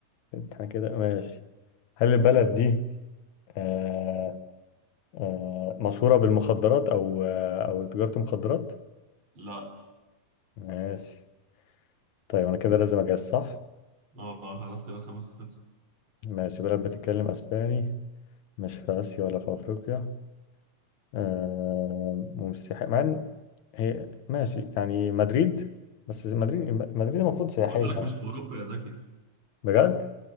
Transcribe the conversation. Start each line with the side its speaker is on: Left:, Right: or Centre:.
Left: احنا كده ماشي هل البلد دي آه، آه، مشهورة بالمخدرات أو آه، أو تجارة مخدرات؟
Right: لا
Left: ماشي طيب أنا كده لازم أجهز صح؟
Right: اه خلاص كده الخمس خلصوا
Left: ماشي بلد بتتكلم أسباني مش في آسيا ولا في أفريقيا آه، ومش سياحية مع إن هي ماشي يعني مدريد بس مدريد مدريد المفروض سياحية
Right: قلت لك
Left: يعني
Right: مش في اوروبا يا زكي
Left: بجد؟